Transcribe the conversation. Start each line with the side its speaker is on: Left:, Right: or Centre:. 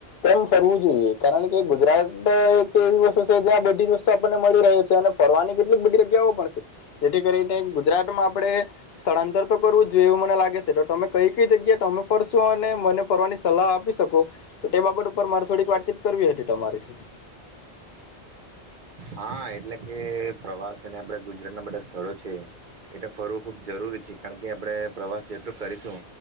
Left: કેમ ફરવું જોઈએ કારણ કે ગુજરાત એક એવી વસ્તુ છે જ્યાં બધી જ વસ્તુ આપને મળી રહે છે અને ફરવાની કેટલીક બધી જગ્યાઓ પણ છે જેથી કરીને ગુજરાતમાં આપણે સ્થળાંતર તો. કરવું જોઈએ એવું મને લાગે છે તો તમે કઈ કઈ જગ્યાએમે ફરશો અને મને ફરવાની સલાહ આપી શકો તો તે બાબત ઉપર મારે થોડીક વાતચીત કરવી હતી તમારીથી.
Right: હા એટલે કે પ્રવાસ અને આપડા ગુજરાતના બધા સ્થળો છે એટ ફરવું ખૂબ જરૂરી છે કારણ કે આપણે પ્રવાસ જેટલો કરીશું